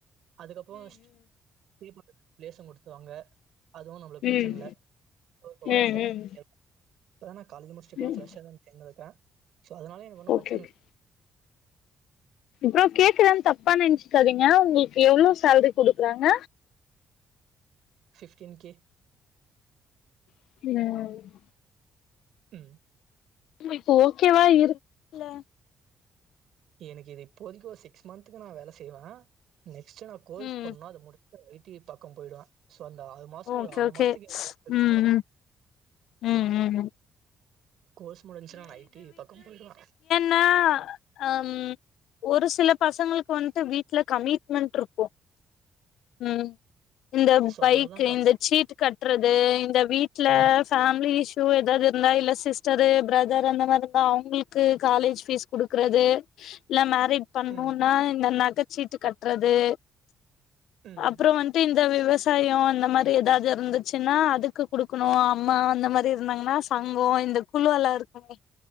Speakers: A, on the right (about 75°); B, on the left (about 80°).
A: அதுக்கப்புறோ பே ப்ளேசு குடுத்துறுவாங்க அதுவு நம்ளுக்கு ப்ரச்சன
B: ம்
A: இல்ல இப்ப வல
B: ம்
A: செல்ட் இப்பதா நா காலேஜ் முடிச்சுட்டு
B: ம்
A: ஃபிரஸ்சா சேர்ந்திருக்கே சோ அதனால எனக்கு ஒண்ணு
B: ஓகே
A: பிரச்சன
B: ஓகே ப்ரோ கேக்குறேன் தப்பா நெனச்சக்காதீங்க உங்களுக்கு எவ்ளோ சேல்ரி குடுக்குறாங்க
A: ஃப்டின் கே
B: ஒ
A: ம்
B: இப்போ ஓகேவா இருக் ல்ல
A: எனக்கு இது இப்போதைக்கு ஒரு சிக்ஸ் மன்த்க்கு நா வேல செய்வே நெக்ஸ்ட் நா கோர்ஸ்
B: ம்
A: பண்ணா அது முடி ஐ டி பக்கோ போயிடுவே சோ அந்த ஆறு மாசோ
B: ஓகே
A: ஒரு ஆறு
B: ஓகே
A: மாசத்துக்குக்கு
B: ம்
A: <unintelligible> அவ்வளதா
B: ம் ம் ம்
A: கோர்ஸ் முடிஞ்ச்சுனா நா ஐ டி பக்கோ போயிடுவ
B: நா அம் ஒரு சில பசங்களுக்கு வந்துட்டு வீட்ல கமிட்மெண்ட் இருக்கு ம் இந்த
A: ஸோ
B: பைக்கு
A: அதனால தான் கம்
B: இந்த சீட் கட்டுறது இந்த வீட்ல
A: ம்,
B: ஃபேமிலி இஸ்சு எதாவது இருந்தா இல்ல சிஸ்டரு பிரதர் அந்த மாரி இப்ப அவுங்களுக்கு காலேஜ் ஃபீஸ் குடுக்கறது இல்ல மே ரீட் பண்ணுனா
A: ம்,
B: இந்த நக சீட்டு கட்டுறது
A: ம்,
B: அப்புறோ வன்ட்டு இந்த விவச சாயோ இந்த மாரி எதாது இருந்துச்சுன்னா அதுக்கு குடுக்கணு அம்மா அந்த மாரி இருந்தாங்கன்னா சங்கோ இந்த குழுவல்லா இருக்குமே